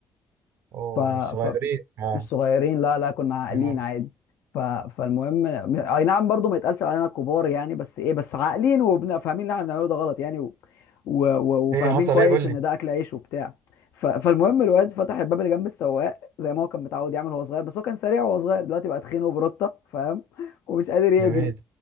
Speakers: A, on the right (about 75°); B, on the left (about 75°).
A: اوه
B: ف... ف
A: صغيرين اه
B: مش صغيرين لا لا كنا عاقلين
A: آه.
B: عادي ف... فالمهم م- اي نعم برضو ما يتقالش علينا كبار يعني بس ايه بس عاقلين وفاهمين اللي احنا بنعمله ده غلط يعني و... و... و... وفاهمين
A: ايه حصل
B: كويس
A: ايه قول لي
B: ان ده اكل عيش وبتاع ف... فالمهم الواد فتح الباب اللي جنب السواق زي ما هو كان متعود يعمل وهو صغير بس هو كان سريع وهو صغير دلوقتي بقى تخين وبروتة فاهم ومش قادر يجري
A: جميل